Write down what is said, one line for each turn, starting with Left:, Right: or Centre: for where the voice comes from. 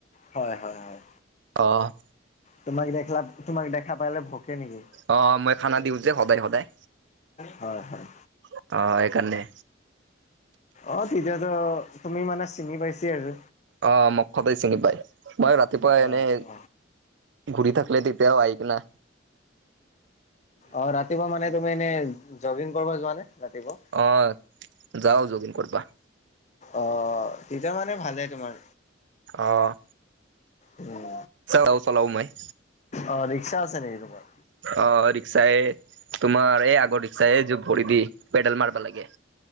Left: হয়- হয়- হয়
Right: অ',
Left: তোমাক দেখলা তোমাক দেখা পালে ভুকে নেকি?
Right: অ মই খানা দিওঁ যে সদায় সদায়
Left: হয়-হয়।
Right: অ, সেইকাৰণে।
Left: অ, তেতিয়াতো তুমি মানে চিনি পাইছি আৰু।
Right: অ, মুখতেই চিনি পায় মই ৰাতিপুৱা
Left: অ
Right: এনে
Left: অ।
Right: ঘূৰি থাকলে তেতিয়াও আহি কিনে
Left: অ, ৰাতিপুৱা মানে তুমি এনে জগিং কৰবা যোৱা নে ৰাতিপুৱা?
Right: অ, যাওঁ জগিং কৰবা।
Left: অ, তেতিয়া মানে ভালে তোমাৰ।
Right: অ',
Left: উম,
Right: ৰিক্সাও চলাওঁ মই।
Left: অ, ৰিক্সা আছে নেকি তোমাৰ?
Right: অ, ৰিক্সাই তোমাৰ এই আগৰ ৰিক্সাই এই যে ভৰি দি পেডেল মাৰবা লাগে।